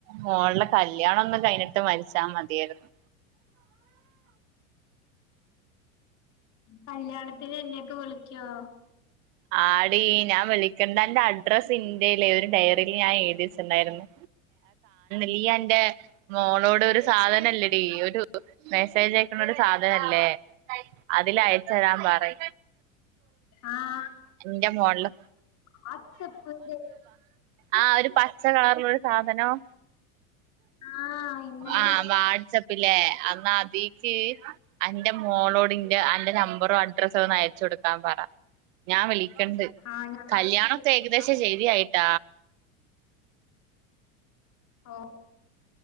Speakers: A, on the right; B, on the left.
A: മോള കല്യാണം ഒന്നുംകഴിഞ്ഞിട്ട് മരിച്ചാ മതിയായിരുന്നു
B: കല്യാണത്തിന് എന്നെയൊക്കെ വിളിക്കുവോ
A: ആടി ഞാൻ വിളിക്കണ്ട എന്റെ അഡ്രസ്സ് എന്റ ഒരു ഡയറിയിൽ ഞാൻ എഴുതി വച്ചിട്ടുണ്ടാരുന്നു നീ എന്റെ മോളോട് ഒരു സാധനം ഇല്ലടി ഒരു മെസ്സേജയക്കണ ഒരു സാധനല്ലേ അതില് അയച്ച് തരാൻ പറയ്
B: ആഹ
A: എന്റെ മോളില്
B: വാട്സപ്പ്
A: ആഹ ഒരു പച്ച കളറിലൊരു സാധനം
B: ആഹ് ഇന്നലെ
A: ആഹ് വാട്സപ്പിലെ അാ അതിക്ക് അന്റെ മോളോഡിന്റെ അന്റെ നമ്പറോ അഡ്രസ്സോ ഒന്ന് അയച്ചു കൊടുക്കാൻ പറ ഞാൻ വിളിക്കണ്ട്
B: ആഹ് ഞാൻ
A: കല്യാണൊക്കെ ഏകദേശം ശരിയായി ട്ട
B: ആഹ